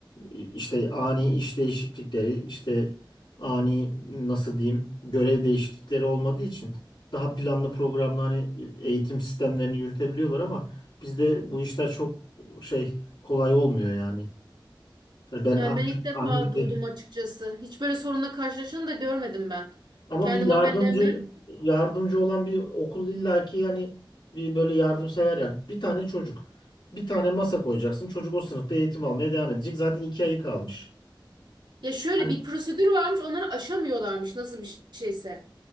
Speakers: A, on the left; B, on the right.
A: e, işte ani iş değişiklikleri işte ani nasıl diyeyim görev değişiklikleri olmadığı için daha planlı programlı hani e, eğitim sistemlerini yürütebiliyorlar ama bizde bu işler çok şey kolay olmuyor yani. Yani ben
B: Yani
A: annem,
B: ben ilk defa
A: annem şey-
B: duydum açıkçası. Hiç böyle sorunla karşılaşanı da görmedim ben.
A: ama
B: Kendi
A: bir
B: mahallemden.
A: yardımcı yardımcı olan bir okul illaki yani bir böyle yardımsever yani bir tane çocuk bir tane masa koyacaksın çocuk o sınıfta eğitim almaya devam edecek zaten iki ayı kalmış.
B: Ya şöyle
A: Hani,
B: bir prosedür varmış onları aşamıyorlarmış nasıl bir şeyse.